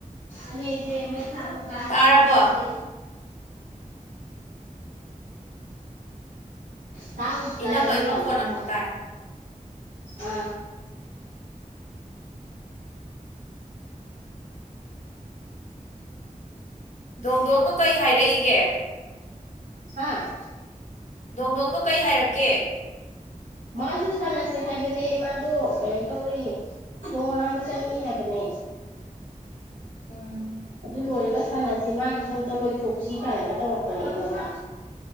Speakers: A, on the right; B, on the left.
A: ꯑꯦ ꯃꯩ ꯊꯥꯒꯥꯏ ꯍꯥꯏꯕ
B: ꯇꯥꯔꯕꯣ
A: ꯇꯥꯗ꯭ꯔꯦ ꯇꯥꯕꯨꯗꯤ
B: ꯏꯅꯝꯃꯩ
A: ꯇꯥꯏ ꯑꯗꯨ
B: ꯃꯈꯣꯟ
A: ꯌꯥꯜ ꯇꯞꯄ
B: ꯑꯃꯨꯛ ꯇꯥꯏ
A: ꯑ
B: ꯗꯣꯡꯗꯣꯡꯗꯣ ꯀꯩ ꯍꯥꯏꯔꯛꯏꯒꯦ
A: <unintelligible> <unintelligible> ꯍꯥ
B: ꯗꯣꯡ ꯗꯣꯡꯗꯣ ꯀꯩ ꯍꯥꯏꯔꯛꯀꯦ
A: ꯃꯥꯁꯨ ꯁꯥꯟꯅꯁꯦ ꯍꯥꯏꯕꯅꯦ ꯃꯥꯗꯣ ꯀꯩꯅꯣ ꯇꯧꯋ ꯈꯣꯡ ꯍꯥꯝꯕ ꯆꯪꯉꯤ ꯍꯥꯏꯕꯅꯦ
B: ꯎꯝ
A: ꯑꯗꯨ ꯂꯣꯏꯔꯒ ꯁꯥꯟꯅꯁꯤ ꯃꯥꯒꯤ ꯁꯣꯝꯇ ꯂꯣꯏꯊꯣꯛꯁꯤ ꯀꯥꯏꯅ ꯇꯧꯔꯛꯄꯅꯦ ꯑꯩꯉꯣꯟꯗ